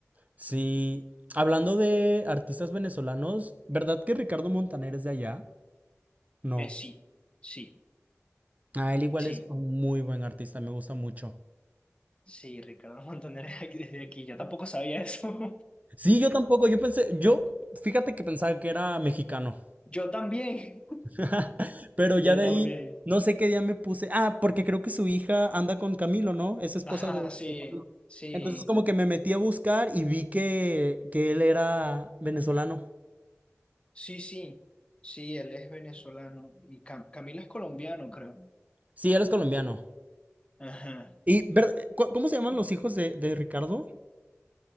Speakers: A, on the right; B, on the left.
A: Sí, hablando de artistas venezolanos, ¿verdad que Ricardo Montaner es de allá? No.
B: Eh, sí, sí,
A: Ah, él igual
B: sí.
A: es un muy buen artista, me gusta mucho.
B: Sí, Ricardo Montaner es aquí- desde aquí. Yo tampoco sabía eso.
A: Sí, yo tampoco, yo pensé, yo, fíjate que pensaba que era mexicano,
B: <laughs> Yo también.
A: <laughs> pero ya
B: Yo
A: de
B: también.
A: ahí, no sé qué día me puse, ah, porque creo que su hija anda con Camilo, ¿no? Es esposa
B: Ajá,
A: de,
B: sí,
A: de Camilo.
B: sí,
A: Entonces como que me metí a buscar y vi que, que él era venezolano.
B: sí, sí. Sí, él es venezolano y Cam- Camilo es colombiano, creo.
A: Sí, él es colombiano.
B: Ajá.
A: Y, ¿verdad? ¿Cu- ¿Cómo se llaman los hijos de, de Ricardo?